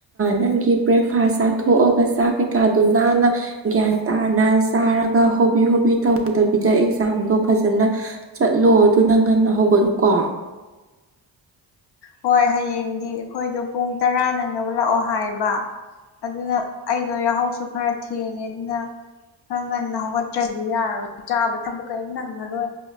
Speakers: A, on the right; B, on the left.
A: ꯅꯪꯒꯤ ꯕ꯭ꯔꯦꯛꯐꯥꯁ ꯆꯥꯊꯣꯛꯑꯒ ꯆꯥꯛ ꯀꯩꯀꯥꯗꯣ ꯅꯥꯟꯅ ꯒ꯭ꯌꯥꯟ ꯇꯥꯅ ꯆꯥꯔꯒ ꯍꯣꯕꯤ ꯍꯣꯕꯤ ꯇꯧꯗꯕꯤꯗ ꯑꯦꯛꯖꯥꯝꯗꯣ ꯐꯖꯅ ꯆꯠꯂꯣ ꯑꯗꯨꯅꯪ ꯉꯟꯅ ꯍꯧꯒꯠꯂꯨꯀꯣ
B: ꯍꯣꯏ ꯍꯌꯦꯡꯗꯤ ꯑꯩꯈꯣꯏꯗꯣ ꯄꯨꯡ ꯇꯔꯥ ꯅꯪꯅꯠ ꯂꯥꯛꯑꯣ ꯍꯥꯏꯌꯦꯕ ꯑꯗꯨꯅ ꯑꯩꯗꯣ ꯌꯥꯍꯧꯁꯨ ꯈꯔ ꯊꯦꯡꯉꯦ ꯑꯗꯨꯅ ꯈ ꯉꯟꯅ ꯍꯧꯒꯠꯇ꯭ꯔꯗꯤ ꯌꯥꯔꯣꯏ ꯆꯥꯕ ꯊꯛ ꯀꯔꯤꯝ ꯅꯪꯉꯔꯣꯏ